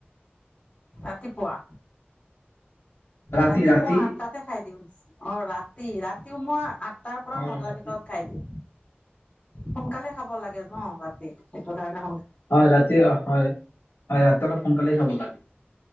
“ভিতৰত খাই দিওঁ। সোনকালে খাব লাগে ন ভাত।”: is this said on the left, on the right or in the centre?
Left